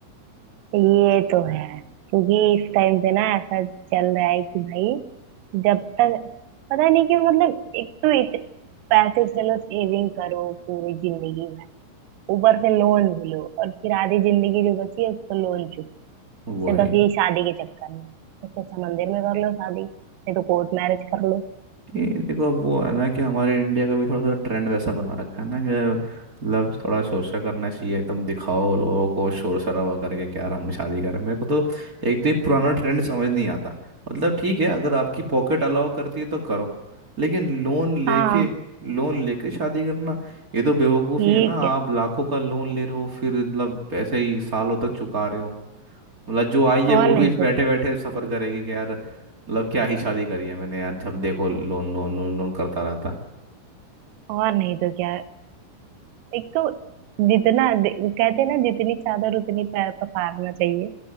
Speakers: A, on the right; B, on the right.
A: ये तो है क्योंकि इस टाइम पे ना ऐसा चल रहा है कि भाई जब तक पता नहीं क्यों मतलब एक तो इत, पैसे चलो सेविंग करो पूरी जिंदगी ऊपर से लोन भी लो और फिर आधी जिंदगी जो बची है उसको लोन चुक
B: वही
A: से बस यही शादी के चक्कर में इससे अच्छा मंदिर में कर लो शादी नहीं तो कोर्ट मैरिज कर लो
B: ये देखो वो है ना कि हमारे इंडिया का भी थोड़ा सा ट्रेंड वैसा बना रखा है ना कि लव थोड़ा सोचा करना चाहिए एकदम दिखाओ लोगों को शोर शराबा करके क्या हम शादी करें मेरे को तो एक तो ये पुराना ट्रेंड समझ नहीं आता मतलब ठीक है अगर आपकी पॉकेट अलाउ करती है तो करो लेकिन लोन लेके
A: हाँ
B: लोन लेके शादी करना ये तो बेवकूफ़ी
A: ये
B: है ना आप
A: क्या
B: लाखों का लोन ले रहे हो फिर मतलब ऐसे ही सालों तक चुका रहे हो मतलब जो आई है
A: और
B: वो
A: नहीं
B: भी <laughs>
A: तो
B: बैठे
A: क्या
B: बैठे सफर करेगी कि यार मतलब क्या ही शादी करी है मैंने यार जब देखो लोन लोन लोन लोन करता रहता है
A: और नहीं तो क्या एक तो जितना दे- कहते हैं ना जितनी चादर उतनी पैर पसारना चाहिए